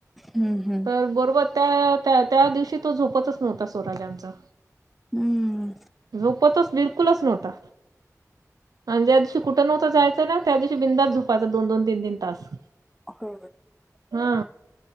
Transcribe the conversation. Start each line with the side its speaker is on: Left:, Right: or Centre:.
Centre: हम्म हम्म.
Right: तर बरोबर त्या त्या त्या दिवशी तो झोपतच नव्हता स्वराज आमचा
Centre: हम्म
Right: झोपतच बिलकुलच नव्हता. आणि ज्या दिवशी कुठ नव्हतं जायचं ना त्या दिवशी बिंदास झोपायचं दोन - दोन, तीन - तीन तास.
Centre: हो.
Right: हा.